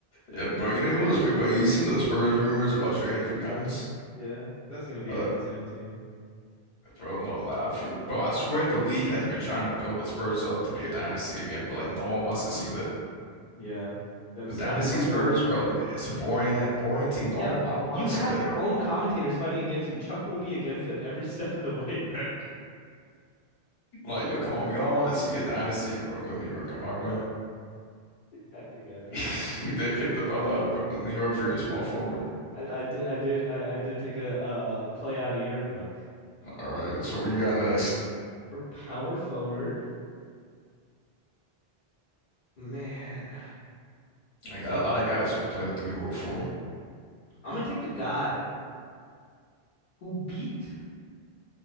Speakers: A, on the left; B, on the left.
A: Yeah, bro. You know you was crazy, bro. You seen the Spurs rumors about trading for Giannis,
B: Yeah, that's gonna be
A: bro?
B: an insane team.
A: Like, bro, no, like, I feel, bro. I swear the league has been trying to build the Spurs up to be a dynasty again, but like no one wants to see that.
B: Yeah, them
A: The
B: San
A: dynasty
B: Antonio
A: Spurs,
B: women.
A: bro. It's a boring, boring team. No,
B: Yeah,
A: I don't want
B: you
A: to
B: have
A: see that.
B: your own commentators fighting against you. Chuck will be against it every <laughs> step of the way, bro.
A: Like,
B: Uh,
A: yo, come on, we all want to see a dynasty in Brooklyn, New York. Am I right?
B: I think I think
A: <laughs>
B: we can move
A: You did
B: on.
A: pick the brother out of Brooklyn, New York for your small forward.
B: I, I did I did I, I did take a uh play out of your book
A: All right, so what you got next?
B: for power forward. Man,
A: I got a lot of guys who could play the three or four.
B: I'm gonna take the guy who beat